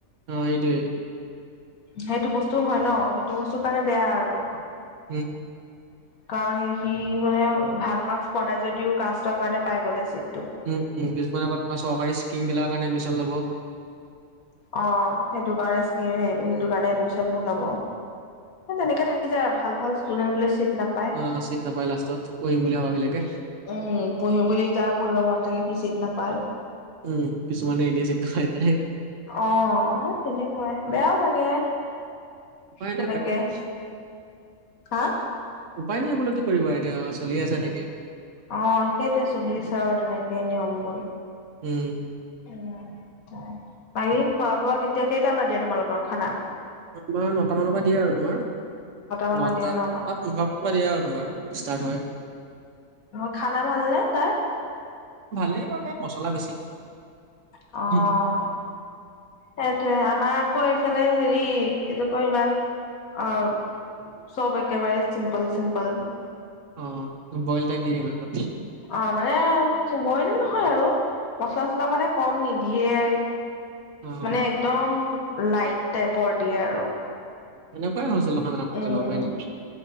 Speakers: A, on the right; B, on the left.
A: অ সেইটোৱে
B: সেইটো বস্তু হয় ন, সেইটো বস্তু কাৰণে বেয়া আৰু।
A: <unintelligible>
B: কাৰণ সেই সি মানে ভাল মাৰ্কচ পোৱা নাই যদিও কাষ্টৰ কাৰণে পাই গলে চিটটো।
A: উম উম কিছুমানে আক তোমাৰ চৰকাৰী স্কিম বিলাকৰ কাৰণে এডমিশ্যন ল'ব।
B: অঁ সেইটো কাৰণে চাগে সেইটো
A: উম
B: কাৰণে এডমিছন ছনবোৰ লব, তেনেকে থাকি যায় আৰু ভাল ভাল ষ্টুডেণ্ট বিলাক চিট নাপয়।
A: অঁ চিত নাপায় লাষ্টত, পঢ়িম বুলি ভাবিলেকে
B: উম, পঢ়িম বুলি যাৰ পঢ়িব মন থাকে সি চিত নাপায়।
A: উম কিছুমানে এনেই চিতটো পাই যায়।
B: অঁ হে তেনেকুৱাই বেয়াও লাগে।
A: উপাই
B: তেনেকে।
A: নাই পি
B: হা
A: উপায় নাই বোলো কি কৰিবা এতিয়া চলি আছে এনেকেই।
B: অঁ সেইটোৱে চলি আছে আৰু তেনেকেই নিয়ম বোৰ।
A: উম।
B: উম, বাকী খোৱা বোৱা কেতিয়া কেইটা মানত দিয়ে তোমালোকৰ খানা?
A: তোমাৰ নটা মানৰ পৰা দিয়ে আৰু, তোমাৰ?
B: মানত
A: নটা
B: দিয়ে ন?
A: পোন্ধৰ মানৰ পৰা দিয়ে আৰু তোমাৰ ষ্টাৰ্ট হয়
B: অ খানা ভাল নে তাৰ।
A: ভালেই লাগে মছলা বেছি
B: অ
A: উম,
B: সেইতোৱে আমাৰ আকৌ এইফালে হেৰি কি বুলি কয় ইমান অ চব একেবাৰে চিম্পল চিম্পল
A: অ বইল টাইপ দি দিয়ে মানে তাত
B: অ মানে বইল নহয় আৰু মচলা চছলাও মানে কম নিদিয়ে।
A: অ',
B: মানে একদম লাইট টাইপৰ দিয়ে। আৰু
A: এনেকুৱাই হৈছিল খন আ
B: উম
A: যাব পাৰ নি